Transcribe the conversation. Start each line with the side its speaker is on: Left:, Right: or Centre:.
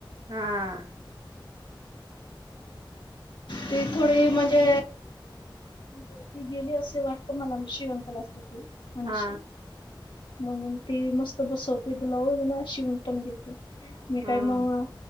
Right: हा.
Left: ती थोडी म्हणजे ती गेली असे वाटत मला म शिवणक्लास ती. मनीषा
Right: हा
Left: म्हणून ती मस्त बसवते ब्लाऊज मग शिवून पण घेते. मी
Right: हा
Left: काय मग.